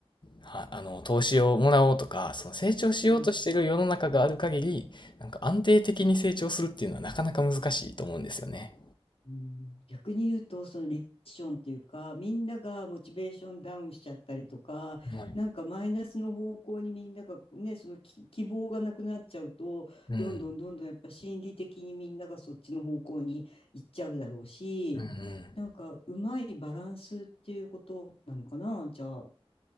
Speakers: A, on the left; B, on the left.
A: はあの、投資をもらおうとか、その成長しようとしている世の中がある限り、
B: うん。
A: なんか安定的に成長するっていうのはなかなか難しいと思うんですよね。
B: うん、逆に言うと、そのリセッションっていうか、みんながモチベーションダウンしちゃったりとか、
A: はい。
B: なんかマイナスの方向にみんながね、そのき希望がなくなっちゃうと、
A: うん。
B: どんどんどんどんやっぱ心理的にみんながそっちの方向に行っちゃうだろうし、
A: うんうん。
B: なんかうまいバランスっていうことなのかな、じゃあ。